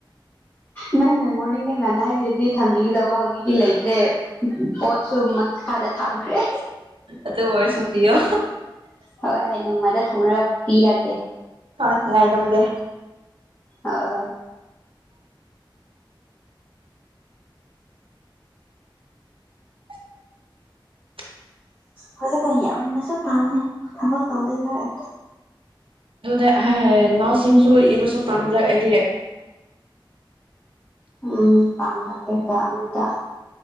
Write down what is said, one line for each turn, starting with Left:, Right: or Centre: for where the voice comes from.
Left: ꯅꯪ ꯅꯪ ꯃꯣꯔꯅꯤꯡ ꯅꯪ ꯉꯥꯟꯅ ꯍꯥꯏꯕꯤꯔꯗꯤ ꯊꯝꯕꯤꯒꯗꯕ ꯍꯧꯖꯤꯛꯇꯤ ꯂꯩꯇ꯭ꯔꯦ ꯄꯣꯠꯁꯨ ꯃꯈꯥꯗ ꯊꯝꯈ꯭ꯔꯦ
Right: ꯑꯗꯨ ꯑꯣꯏꯔꯁꯨ ꯄꯤꯌꯣ
Left: ꯍꯣꯏ ꯍꯣꯏ ꯅꯣꯡꯃ ꯊꯣꯢꯉꯒ ꯄꯤꯔꯒꯦ
Right: ꯍꯣꯏ ꯉꯥꯏꯔꯝꯒꯦ
Left: ꯑ ꯍꯣꯏ
Right: <unintelligible>
Left: ꯍꯧꯖꯤꯛꯀ ꯌꯥꯝꯅꯁꯨ ꯇꯜꯂꯤ ꯊꯕꯛ ꯇꯧꯗꯣꯏ ꯈꯔ
Right: ꯑꯗꯨꯗ ꯅꯁꯁꯤꯡꯁꯨ ꯏꯕꯁꯨ ꯐꯪꯗꯦ ꯑꯩꯗꯤ
Left: ꯎꯝ ꯇꯥꯝꯗꯇꯦ ꯇꯥꯝꯇ